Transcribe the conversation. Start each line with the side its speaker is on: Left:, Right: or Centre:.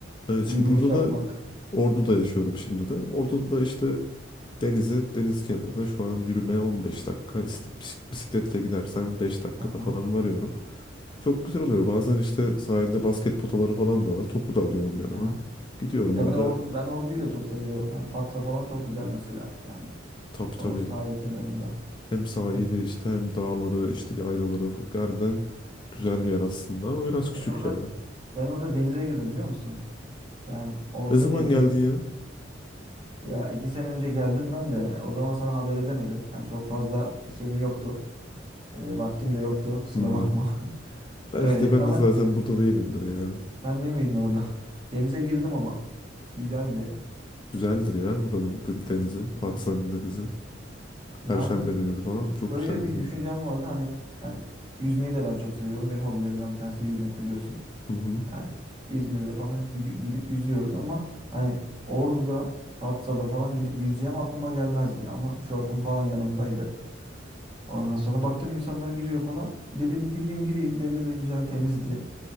Left: Evet şimdi
Right: Yürüyüş
Left: burada
Right: yapmak.
Left: da Ordu'da yaşıyorum şimdi de. Ordu'da da işte denize, deniz kenarına şu an yürümeye 15 dakika. İşte bis- bisikletle gidersen 5 dakikada
Right: Aha,
Left: falan varıyorum. Çok güzel oluyor. Bazen işte sahilde basket potaları falan da var. Topu da alıyorum yanıma.
Right: aha.
Left: Gidiyorum
Right: Ya
Left: orada.
Right: ben or ben Ordu'yu da çok seviyorum. Yani Fatsa falan çok güzel mesela. Yani
Left: Tabii
Right: o
Left: tabii.
Right: sahil kenarında.
Left: Hem sahili
Right: Hı.
Left: işte hem dağları işte yaylaları harbiden güzel bir yer aslında ama biraz küçük
Right: Ben orada
Left: ya.
Right: ben orada denize girdim biliyor musun? Yani orada
Left: Ne zaman
Right: denize
Left: geldin ya?
Right: ya iki sene önce geldim ben de. O zaman sana haber edemedim. Yani çok fazla şeyim yoktu. E, vaktim de yoktu. Kusura
Left: Hmm.
Right: bakma. <laughs>
Left: Belki
Right: Öyle.
Left: de ben
Right: Ama
Left: de zaten burada değilimdir yani.
Right: sen değil miydin orada? <laughs> Denize girdim ama. Güzeldi.
Left: Güzeldir ya buranın de- denizi.
Right: Hı
Left: Patsa'nın
Right: hı.
Left: denizi.
Right: Yani
Left: Perşembe denizi falan çok
Right: Şöyle
Left: güzeldir
Right: bir
Left: yani.
Right: düşüncem vardı hani yani yüzmeyi de ben çok seviyorum. Benim hobilerimden bir tanesi yüzmek biliyorsun.
Left: Hı hı.
Right: Yani İzmir'de falan hep yüz- gidip yüzüyoruz ama hani Ordu'da, Patsa'da falan gelip yüzeceğim aklıma gelmezdi. Ama şortum falan yanımdaydı. Ondan sonra baktım insanlar giriyor falan. Dedim gideyim gireyim. Deniz de güzel temizdi.